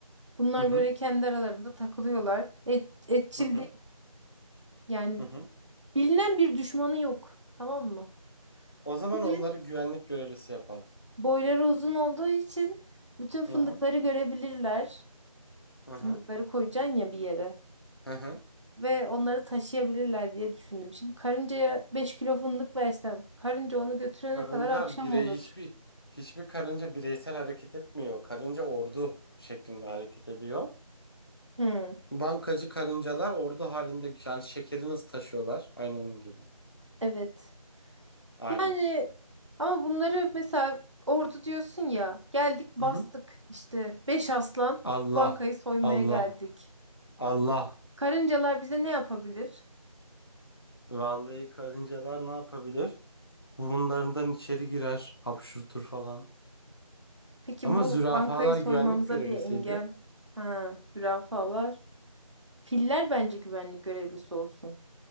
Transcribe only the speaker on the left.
hı hı
hı hı.
hı hı.
O zaman
onları güvenlik görevlisi yapalım.
Hı hı
hı
hı
hı hı.
Karınca
birey
hiçbir hiçbir karınca bireysel hareket etmiyor. Karınca ordu şeklinde hareket ediyor.
Bankacı karıncalar ordu halinde yani şekeri nasıl taşıyorlar? Aynı onun gibi.
Aynen.
Hı hı.
Allah,
Allah,
Allah.
Vallahi karıncalar ne yapabilir? Burunlarından içeri girer, hapşurtur falan.
Ama
zürafalar
güvenlik görevlisiydi.